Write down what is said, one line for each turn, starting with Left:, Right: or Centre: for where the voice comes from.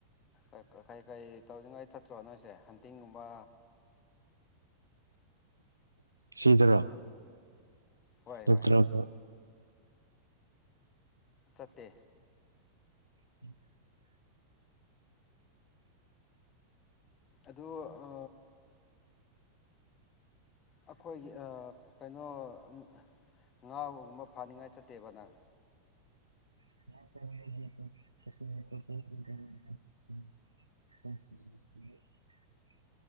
Left: ꯑ ꯀ ꯀꯩ ꯀꯩ ꯇꯧꯅꯤꯡꯉꯥꯏ ꯆꯠꯇ꯭ꯔꯣ ꯅꯣꯏꯁꯦ ꯍꯟꯇꯤꯡꯒꯨꯝꯕ
Right: ꯁꯤꯗꯔꯣ
Left: ꯍꯣꯏ
Right: ꯅꯠꯇ꯭ꯔꯒ
Left: ꯍꯣꯏ ꯆꯠꯇꯦ
Right: <inaudible>
Left: ꯑꯗꯨ ꯑ ꯑꯈꯣꯏꯒꯤ ꯑ ꯀꯩꯅꯣ ꯎꯝ ꯉꯥ ꯒꯨꯝꯕ ꯐꯥꯅꯤꯡꯉꯥꯏ ꯆꯠꯇꯦꯕ ꯅꯪ
Right: <unintelligible> <inaudible>